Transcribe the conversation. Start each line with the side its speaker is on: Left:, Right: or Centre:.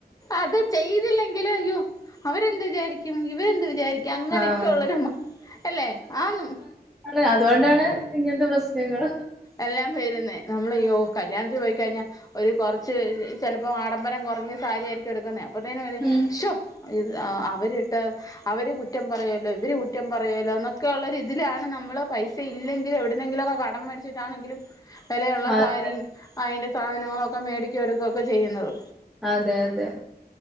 Left: അത് ചെയ്തില്ലെങ്കിൽ അയ്യോ അവരെന്ത് വിചാരി ക്കും ഇവരെന്ത് വിചാരിക്കും അങ്ങനെയൊക്കെ
Centre: ആഹ്
Left: ഉള്ളൊരു അല്ലെ ആന്ന്
Centre: അതെ അതുകൊണ്ടാണ് ഇങ്ങനത്തെ പ്രശ്നങ്ങൾ
Left: എല്ലാം പേരുന്നേ നമ്മൾ അയ്യോ കല്യാണത്തിൽ പോയിക്കഴിഞ്ഞാൽ ഒരു കുറച്ച് ചിലപ്പോ ആഡംബരം കുറഞ്ഞ സാരി ആയിരിക്കും എടുക്കുന്നത് അപ്പത്തേനും ഓല്
Centre: ഉം
Left: ഇത് അഹ് ആ അവരിട്ട് അവര് കുറ്റം പറയോലോ ഇവര് കുറ്റം പറയോലോ എന്നൊക്കെ ഉള്ളൊരിതിലാണ് നമ്മള് പൈസ ഇല്ലെങ്കിൽ എവിട്ന്നെങ്കിലൊക്കെ കടം മേടിച്ചു ച്ചിട്ടാണെങ്കിലും വെലയുള്ള
Centre: അതെ
Left: സാരിയും അയിന്റെ സാധനങ്ങളും ഒക്കെ മേടിക്കും എടുക്കൊക്കെ ചെയ്യുന്നത്.
Centre: അതെ അതെ